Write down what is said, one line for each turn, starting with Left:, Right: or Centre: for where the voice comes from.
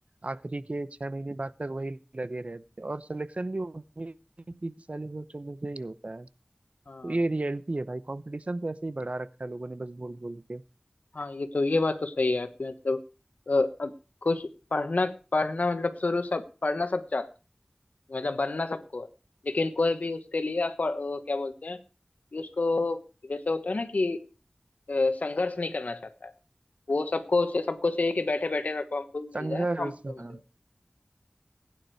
Right: आखिरी के छह महीने बाद तक वही लगे रहते हैं और सिलेक्शन भी उन्हीं तीस चालीस बच्चों में से ही होता है तो
Left: हाँ
Right: ये रियलिटी है भाई कंपटीशन तो ऐसे ही बढ़ा रखा है लोगों ने बस बोल बोल के
Left: हाँ ये तो ये बात तो सही है आपकी मतलब अ, अब कुछ पढ़ना पढ़ना मतलब शुरू सब पढ़ना सब चाहते हैं मतलब बनना सबको है लेकिन कोई भी उसके लिए afford- अ, क्या बोलते हैं कि उसको जैसे होता है ना कि अ, संघर्ष नहीं करना चाहता है वो सबको सबको चाहिए कि बैठे बैठे सबको हमको भी मिल
Right: संघर्ष
Left: जाए हमको
Right: हाँ,
Left: मिल जाए